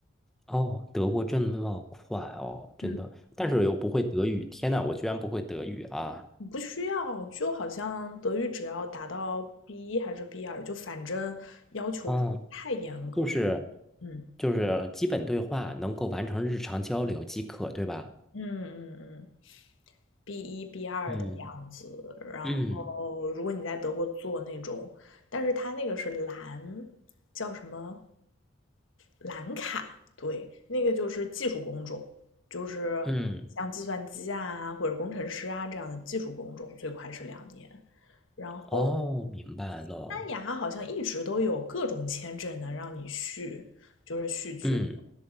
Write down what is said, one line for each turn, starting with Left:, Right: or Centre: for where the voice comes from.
Centre: 哦，德国这么快哦，真的，
Left: 嗯，
Centre: 但是又不会德语，天呐，我居然不会德语啊！
Left: 你不需要，就好像德语只要达到 b 一还是 b 二，就反正要求不太严格。
Centre: 哦。就是
Left: 嗯
Centre: 就是基本对话能够完成日常交流即可，对吧？
Left: 嗯嗯嗯 b 一 b 二的样子。
Centre: 嗯
Left: 然后，
Centre: 嗯
Left: 如果你在德国做那种，但是它那个是蓝，叫什么？蓝卡，对，那个就是技术工种，就是像计算机啊或者工程师啊这样的技术工种，
Centre: 嗯，
Left: 最快是两年。然后西班牙好像一直都有各种签证能让你续，
Centre: 哦，明白了，
Left: 就是续居，
Centre: 嗯，